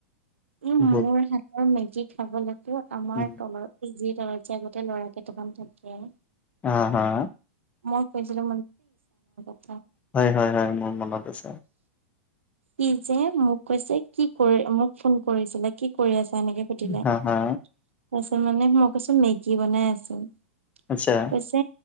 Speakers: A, on the right (about 75°); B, on the left (about 20°).
A: ই
B: বহুত,
A: মোৰ হাতৰ মেগি খাবলৈতো আমাৰ
B: উম,
A: তলৰ যি তলৰ তি আগতে ল'ৰা কেইতা মান থাকে।
B: হা-হা
A: মই কৈছিলো <unintelligible>
B: হয়, হয়, হয়, মোৰ মনত আছে।
A: কি যে মোক কৈছে কি কৰি মোক ফোন কৰিছিলে কি কৰি আছা এনেকে সুধিলে
B: হা,
A: তাৰপিছত
B: হা,
A: মানে মই কৈছো মেগী বনাই আছো।
B: আচ্ছা।
A: কৈছে